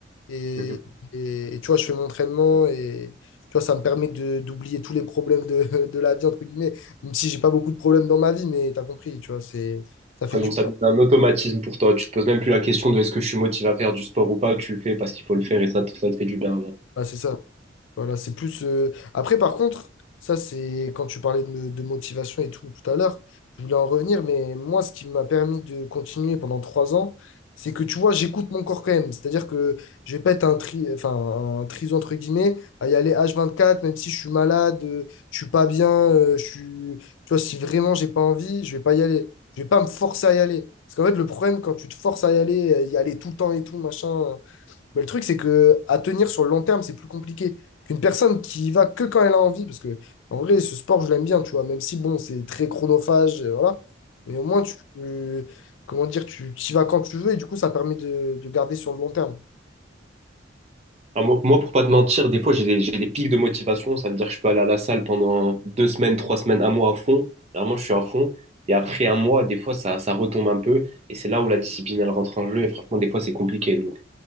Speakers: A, on the left (about 80°); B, on the right (about 35°).
A: et
B: Mhm.
A: et, et tu vois, je fais mon entraînement et tu vois, ça me permet de, d'oublier tous les problèmes de, <laughs> de la vie, entre guillemets. Même si j'ai pas beaucoup de problèmes dans ma vie, mais t'as compris, tu vois, c'est, ça fait
B: Ah,
A: du
B: donc
A: bien,
B: ça devient un automatisme pour toi. Tu te poses même plus la question de est-ce que je suis motivé à faire du sport ou pas. Tu le fais parce qu'il faut le faire et ça te, ça te fait du bien. là.
A: Ouais, c'est ça. Voilà, c'est plus. euh, Après, par contre, ça, c'est quand tu parlais de, de motivation et tout tout à l'heure, je voulais en revenir, mais moi, ce qui m'a permis de continuer pendant trois ans, c'est que tu vois, j'écoute mon corps quand même. C'est-à-dire que je vais pas être un tri, enfin, un triso entre guillemets, à y aller H24, même si je suis malade, euh, je suis pas bien, euh, je suis. Tu vois, si vraiment j'ai pas envie, je vais pas y aller. Je vais pas me forcer à y aller. Parce qu'en fait, le problème, quand tu te forces à y aller, euh, y aller tout le temps et tout, machin, mais le truc, c'est que à tenir sur le long terme, c'est plus compliqué qu'une personne qui y va que quand elle a envie. Parce que, en vrai, ce sport, je l'aime bien, tu vois, même si, bon, c'est très chronophage, euh, voilà. Mais au moins, tu, euh, comment dire, tu tu y vas quand tu veux et du coup, ça permet de, de garder sur le long terme.
B: Alors, moi, moi, pour pas te mentir, des fois, j'ai des, j'ai des pics de motivation. Ça veut dire que je peux aller à la salle pendant deux semaines, trois semaines, un mois à fond. Vraiment, je suis à fond. Et après un mois, des fois, ça, ça retombe un peu. Et c'est là où la discipline, elle rentre en jeu. Et franchement, des fois, c'est compliqué. Donc,